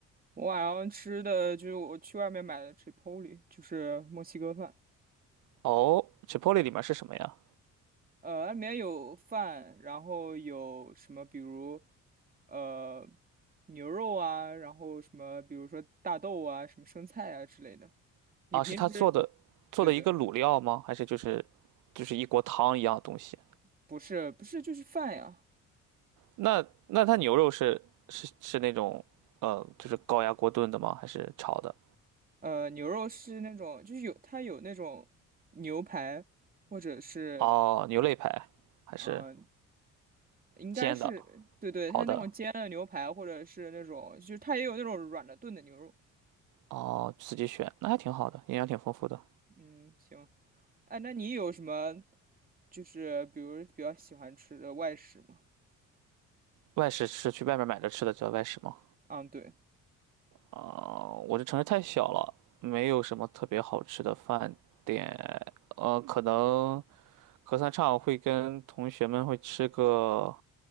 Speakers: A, on the right (about 25°); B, on the right (about 65°).
A: 我晚上吃的就是我去外面买的 Chipotle，就是墨西哥饭，
B: 哦，Chipotle 里面是什么呀？
A: 呃，里面有饭，然后有什么，比如呃牛肉啊，然后什么，比如说大豆啊，什么生菜啊之类的。你平时
B: 啊，是他做的做的一个卤料吗？
A: 对对，
B: 还是就是就是一锅汤一样的东西？
A: 不是不是就是饭呀，
B: 那那他牛肉是是是那种呃就是高压锅炖的吗？还是炒的？
A: 呃，牛肉是那种就是有它有那种牛排。或者是
B: 哦，牛肋排还是
A: 嗯、应该是对对，
B: 煎的、烤的？
A: 它那种煎的牛排，或者是那种，就是它也有那种软的炖的牛肉。
B: 哦，自己选，那还挺好的，营养挺丰富的。
A: 嗯，行，哎，那你有什么就是比如比较喜欢吃的外食吗？
B: 外食是去外面买着吃的，叫外食吗？
A: 嗯，对，
B: 啊、我这城市太小了，没有什么特别好吃的饭店。呃，可能隔三差五会跟同学们会吃个